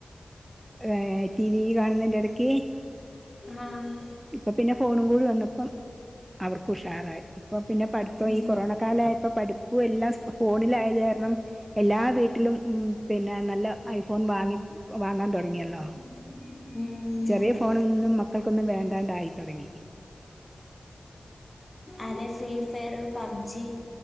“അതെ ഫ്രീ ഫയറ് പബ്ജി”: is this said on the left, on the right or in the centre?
Left